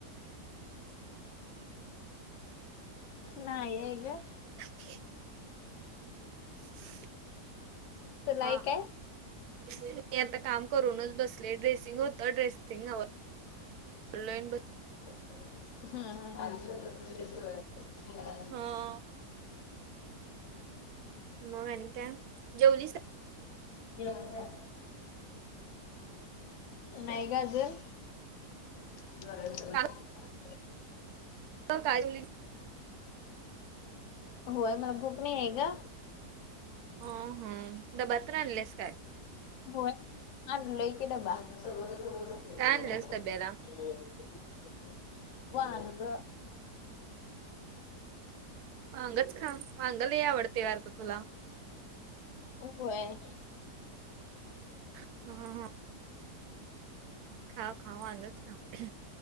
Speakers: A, on the left; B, on the right.
A: नाही ये ग.
B: <inaudible> <unintelligible>
A: तुला
B: हा
A: आहे काय?
B: मी आता काम करूनच बस ट्रे ड्रेसिंग होतं ड्रेसिंग आवरलोय आणि बस
A: हं हं हम <unintelligible>
B: हा मग आणि काय जेवलीस काय.
A: हर. <unintelligible> नाही ग अजून. <unintelligible>
B: का काय <unintelligible>
A: होय मला भूक नाई हाय ग.
B: ह हम, डब्बा तर आणल्यास काय?
A: होय आणलोय की डबा. <unintelligible>
B: काय आणलंस डब्याला?
A: वांग.
B: वांगच खा, वांग लय आवडतय वाटतं तुला.
A: ऊ व्हय.
B: हम्म हम्म हम्म. खा-खा वांगच खा